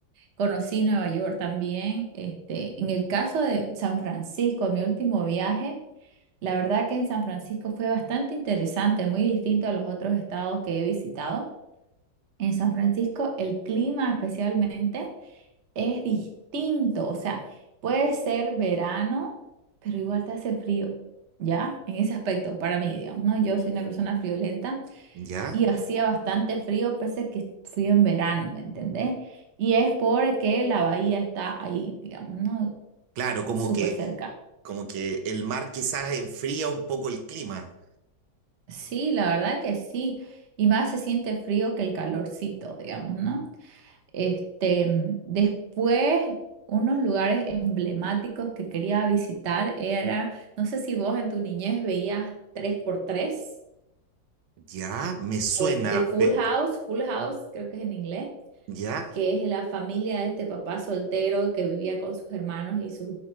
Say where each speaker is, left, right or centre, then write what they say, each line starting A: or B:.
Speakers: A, on the right; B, on the right.
A: Conocí Nueva York también. Este, en el caso de San Francisco, mi último viaje, la verdad que en San Francisco fue bastante interesante, muy distinto a los otros estados que he visitado. En San Francisco, el clima especialmente es distinto, o sea, puede ser verano, pero igual te hace frío, ¿ya? En ese aspecto, para mí, digamos, ¿no? Yo soy una persona friolenta
B: ¿Ya?
A: y hacía bastante frío, pese a que fui en verano, ¿me entendés? Y es porque la bahía está ahí, digamos, ¿no?
B: Claro, como
A: Súper
B: que,
A: cerca.
B: como que el mar quizás enfría un poco el clima.
A: Sí, la verdad que sí. Y más se siente frío que el calorcito, digamos, ¿no? Este, mm, después, unos lugares emblemáticos que quería visitar era, no sé si vos en tu niñez veías tres por tres
B: Ya, me suena,
A: o The Full
B: pero
A: House, Full House, creo que es en inglés.
B: ya.
A: que es la familia de este papá soltero que vivía con sus hermanos y sus